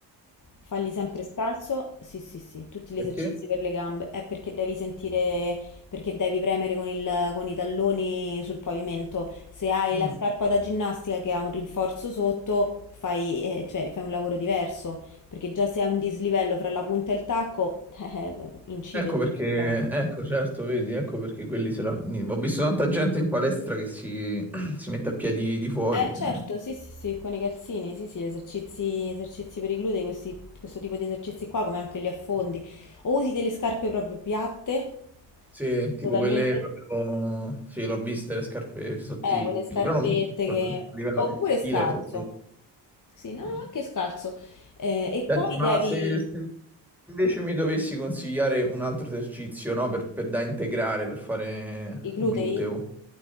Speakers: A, on the left; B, in the centre.
A: falli sempre scalzo. Sì, sì, sì, tutti gli
B: Perché?
A: esercizi per le gambe. È perché devi sentire perché devi premere con il- con i talloni sul pavimento. Se hai
B: Mm.
A: la scarpa da ginnastica che ha un rinforzo sotto, fai, eh, cioè, fai un lavoro diverso, perché già se hai un dislivello fra la punta e il tacco, <laughs> eh, incide
B: Ecco
A: quello
B: perché,
A: sul lavoro.
B: ecco certo, vedi, ecco perché quelli se la... ni- Ho visto tanta gente in palestra che si, <clears throat> si mette a piedi di fuori.
A: Eh
B: e
A: certo,
B: non-
A: sì, sì, sì, con i calzini, sì, sì, esercizi, esercizi per i glutei, questi- questo tipo di esercizi qua, come anche gli affondi. O usi delle scarpe proprio piatte,
B: Sì, tipo
A: totalmente
B: quelle proprio... Sì, l'ho viste le scarpe sottili,
A: Eh, quelle scarpette
B: però non mi- piacciono,
A: che...
B: a livello
A: oppure
B: di stile
A: scalzo.
B: sono brutte.
A: Sì, no, no,
B: Mm.
A: anche scalzo. Eh, e
B: Senti,
A: poi
B: ma
A: devi...
B: se, se invece mi dovessi consigliare un altro esercizio, no, per, per- da integrare, per fare
A: I glutei?
B: gluteo,